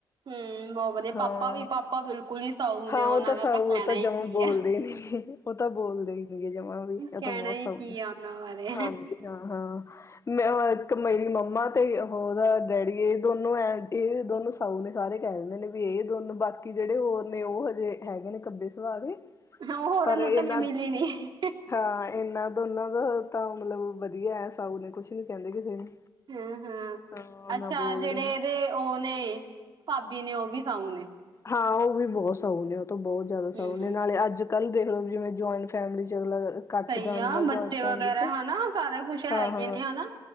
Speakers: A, on the right; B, on the left.
A: ਹੂੰ ਬਹੁਤ ਵਧੀਆ
B: ਹਾਂ,
A: ਪਾਪਾ ਵੀ ਪਾਪਾ ਬਿਲਕੁਲ ਹੀ ਸਾਊ ਨੇ
B: ਹਾਂ,
A: ਉਹਨਾਂ
B: ਉਹ ਤਾਂ
A: ਦਾ
B: ਸਊ,
A: ਕਹਿਣਾ
B: ਉਹ ਤਾਂ
A: ਹੀ
B: ਜਮਾਂ
A: ਕੀ
B: ਬੋਲਦੇ
A: ਹੈ
B: ਨੀ, ਉਹ ਤਾਂ ਬੋਲਦੇ ਹੀ ਨੀ ਹੈ ਜਮਾਂ ਵੀ। ਉਹ
A: ਕਹਿਣਾ
B: ਤਾਂ ਬਹੁਤ
A: ਹੀ
B: ਸ
A: ਕੀ ਆ ਉਹਨਾਂ ਬਾਰੇ।
B: ਹਾਂਜੀ ਹਾਂ ਹਾਂ, ਇੱਕ ਮੇਰੀ ਮੰਮਾ ਤੇ, ਉਹਦਾ ਡੈਡੀ ਇਹ ਦੋਨੋ, ਐ, ਇਹ ਦੋਨੋ ਸਾਊ ਨੇ ਸਾਰੇ ਕਹਿੰਦੇ ਨੇ ਵੀ, ਇਹ ਦੋਨੋ ਬਾਕੀ ਜਿਹੜੇ ਹੋਰ ਨੇ, ਉਹ ਹਜੇ ਹੈਗੇ ਨੇ ਖੱਬੇ ਸਭਾਅ ਦੇ।
A: ਹਾਂ, ਹੋਰਾਂ
B: ਪਰ
A: ਨੂੰ
B: ਇਹਨਾਂ
A: ਤਾਂ, ਮੈਂ ਮਿਲੀ ਨੀ।
B: ਹਾਂ ਇਹਨਾਂ ਦੋਨਾਂ ਦਾ, ਤਾਂ ਮਤਲਬ ਵਧੀਆ ਹੈ ਸਾਊੂ ਨੇ ਕੁਛ ਨੀ ਕਹਿੰਦੇ ਕਿਸੇ ਨੂੰ,
A: ਹੂੰ, ਹੂੰ,
B: ਹਾਂ ਨਾ
A: ਅੱਛਾ
B: ਬੋਲਦੇ
A: ਜਿਹੜੇ
B: ਨੇ
A: ਇਹਦੇ ਉਹ ਨੇ, ਭਾਬੀ ਨੇ ਉਹ ਵੀ ਸਾਊ ਨੇ।
B: ਹਾਂ, ਉਹ ਵੀ ਬਹੁਤ ਸਹਣੇ ਨੇ । ਤੋਂ ਬਹੁਤ ਜ਼ਿਆਦਾ ਸਾਊ
A: ਹੂੰ
B: ਨੇ ਨਾਲੇ ਅੱਜ ਕੱਲ ਦੇਖਲਓ ਜਿਵੇਂ ਜੁਇੰਟ ਫੈਮਿਲੀ ਚ ਅਗਲਾ ਕੱਟ
A: ਸਹੀ
B: ਦਾ ਨ
A: ਆ ਬੱਚੇ
B: ਜਇੰਟ ਫੇਮਲੀ
A: ਵਗੈਰਾ
B: ਚ,
A: ਹਨਾ ਸਾਰਾ ਕੁਛ ਹੈਗੇ
B: ਹਾਂ ਹਾਂ,
A: ਨੇ ਹਨਾ